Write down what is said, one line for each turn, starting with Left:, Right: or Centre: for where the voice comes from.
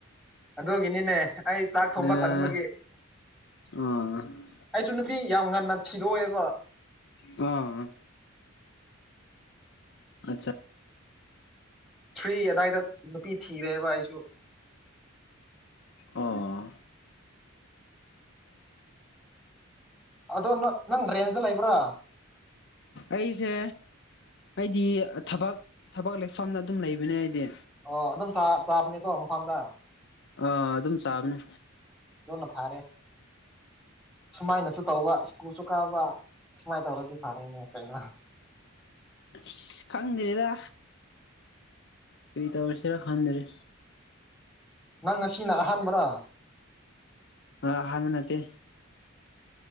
Centre: ꯑꯗꯨꯒꯤꯅꯤꯅꯦ ꯑꯩ ꯆꯥꯛ
Left: ꯑꯥ
Centre: ꯊꯣꯡꯕ ꯇꯟꯕꯒꯤ
Left: ꯑꯥ
Centre: ꯍꯩꯁ ꯁꯨ ꯅꯨꯄꯤ ꯌꯥꯝ ꯉꯟꯅ ꯊꯤꯗꯣꯛꯑꯦꯀꯣ
Left: ꯑ ꯑꯆꯥ
Centre: ꯊ꯭ꯔꯤ ꯑꯗꯥꯏꯗ ꯅꯨꯄꯤ ꯊꯤꯔꯦꯕ ꯑꯩꯁꯨ
Left: ꯑꯣ
Centre: ꯑꯗꯣ ꯅꯪ ꯅꯪ ꯔꯦꯟꯁꯗ ꯂꯩꯕ꯭ꯔꯥ
Left: ꯑꯩꯁꯦ ꯑꯩꯗꯤ ꯊꯕꯛ ꯊꯕꯛ ꯂꯩꯐꯝꯅ ꯑꯗꯨꯝ ꯂꯩꯕꯅꯦ ꯑꯩꯗꯤ
Centre: ꯑꯣ ꯑꯗꯨꯝ ꯆꯥ ꯆꯥꯕꯅꯦꯀꯣ ꯃꯐꯝꯗ
Left: ꯑꯥ ꯑꯗꯨꯝ ꯆꯥꯕꯅꯦ
Centre: ꯑꯗꯣꯅ ꯐꯥꯔꯦ ꯁꯨꯃꯥꯏꯅꯁꯨ ꯇꯧꯕ ꯁ꯭ꯀꯨꯜꯁꯨ ꯀꯥꯕ ꯁꯨꯃꯥꯏꯅ ꯇꯧꯔꯗꯤ ꯐꯔꯦꯅꯦ ꯀꯩꯅꯣ
Left: ꯢꯁ ꯁꯤ ꯈꯪꯗ꯭ꯔꯦꯗ ꯀꯔꯤ ꯇꯧꯔꯁꯤꯔ ꯈꯪꯗ꯭ꯔꯦ
Centre: ꯅꯪ ꯉꯁꯤꯅ ꯑꯍꯥꯟꯕꯔꯥ
Left: ꯑꯥ ꯑꯍꯥꯟꯕ ꯅꯠꯇꯦ